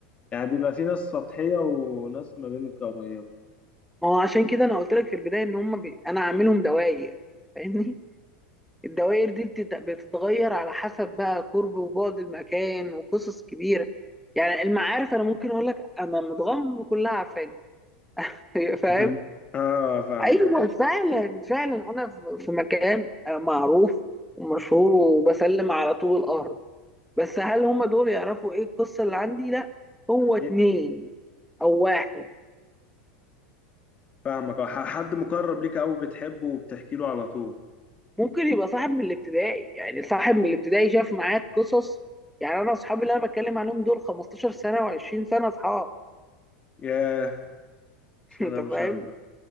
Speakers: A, on the left; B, in the centre.
A: يعني بيبقى في ناس سطحية وناس ما بينك قريبة
B: ما هو عشان كده انا قلت لك في البدايه ان هم بي... انا عاملهم دوائر فاهمني الدوائر دي بتت... بتتغير على حسب بقى قرب وبعد المكان وقصص كبيره يعني المعارف انا ممكن اقول لك انا متغمر كلها عارفاني <laughs> فاهم
A: <laughs> اه فاهمك
B: ايوه فعلا فعلا انا في في مكان معروف ومشهور وبسلم على طول الارض بس هل هم دول يعرفوا ايه القصه اللي عندي لا هو اتنين
A: ي-
B: او واحد
A: فاهمك آه، ح- حد مقرب ليك قوي بتحبه وبتحكي له على طول
B: ممكن يبقى صاحب من الابتدائي يعني صاحب من الابتدائي شاف معاك قصص يعني انا اصحابي اللي انا بتكلم عنهم دول 15 سنه و20 سنه اصحاب
A: ياه بسم
B: <laughs> انت
A: الله
B: فاهم
A: ما شاء الله